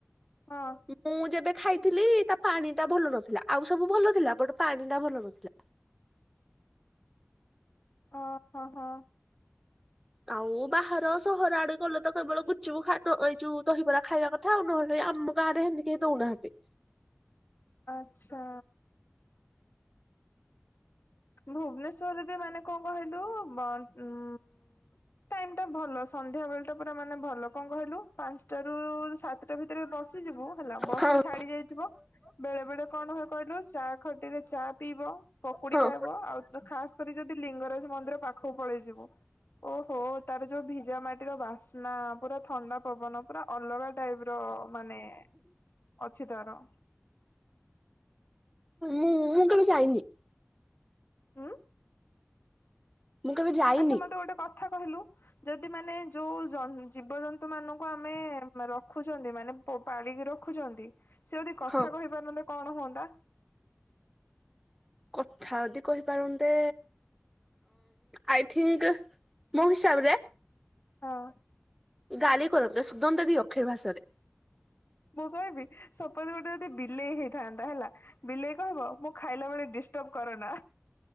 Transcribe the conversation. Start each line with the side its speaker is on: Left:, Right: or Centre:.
Left: ହଁ।
Centre: ମୁଁ ଯେବେ ଖାଇଥିଲି ତା ପାଣି ଟା ଭଲ ନଥିଲା, ଆଉ ସବୁ ଭଲ ଥିଲା, ବଟ୍ ପାଣି ଟା ଭଲ ନଥିଲା।
Left: ଓ ହଁ -ହଁ।
Centre: ଆଉ ବାହାର ସହର ଆଡେ ଗଲେ ତ କେବଳ ଗୁଚୁପୁ ଖ ଏଇ ଯୋଉଁ ଦହିବରା ଖାଇବା କଥା ଥାଉ ନହେଲେ ଆମ ଗାଁରେ ହେମତି କେହି ଦଉନାହାନ୍ତି।
Left: ଆଚ୍ଛା। ଭୁବନେଶ୍ୱରରେ ବି ମାନେ କଣ କହିଲୁ ବ ଉଁ ଟାଇମ୍ ଟା ଭଲ ସନ୍ଧ୍ୟା ବେଳ ଟା ପୁରା ମାନେ ଭଲ କଣ କହିଲୁ ପାଞ୍ଚଟା ରୁ ସାତଟା ଭିତ୍ ଥିରେ ବସିଯିବୁ ହେଲା ବର୍ଷା
Centre: ହଁ
Left: ଛାଡି ଯାଇଥିବ। ବେଳେ ବେଳେ କଣ ହୁଏ କହିଲୁ ଚା ଖଟିରେ ଚା ପିଇବ ପକୁଡି
Centre: ହଁ
Left: ଖାଇବ ଆଉ ତ ଖାସ୍‌ କରି ଯଦି ଲିଙ୍ଗରାଜ ମନ୍ଦିର ପାଖକୁ ପଳେଇ ଯିବୁ। ଓହୋ ତାର ଯୋଉଁ ଭିଜା ମାଟିର ବାସ୍ନା ପୁରା ଥଣ୍ଡା ପବନ। ପୁରା ଅଲଗା ଟାଇପ୍ ର ମାନେ ଅଛି ତାର।
Centre: ମୁଁ -ମୁଁ କେବେ ଯାଇନି।
Left: ହୁଁ।
Centre: ମୁଁ କେବେ ଯାଇନି
Left: ଆଚ୍ଛା ମତେ ଗୋଟେ କଥା କହିଲୁ? ଯଦି ମାନେ ଯୋଉଁ ଜୀବଜନ୍ତୁ ମାନଙ୍କୁ ଆମେ ରଖୁଛନ୍ତି, ମାନେ ପାଳିକି ରଖୁଛନ୍ତି ସେ ଯଦି କଥା
Centre: ହଁ।
Left: କହିପାରୁଥାନ୍ତେ କଣ ହୁଅନ୍ତା।
Centre: କଥା ଯଦି କହିପାରନ୍ତେ। ଆଇ ଥିଙ୍ଗି ମୋ ହିସାବରେ।
Left: ହଁ।
Centre: ଗାଲି କରନ୍ତେ ସୋଦନ୍ତେ ଦି ଅକ୍ଷର ଭାଷାରେ।
Left: ମୁଁ କହିବି ସପୋଜ ଗୋଟେ ଯଦି ବିଲେଇ ହେଇଥାନ୍ତା ହେଲା। ବିଲେଇ କହିବ, ମୁଁ ଖାଇଲା ବେଳେ ଡିଷ୍ଟର୍ବ କରନା।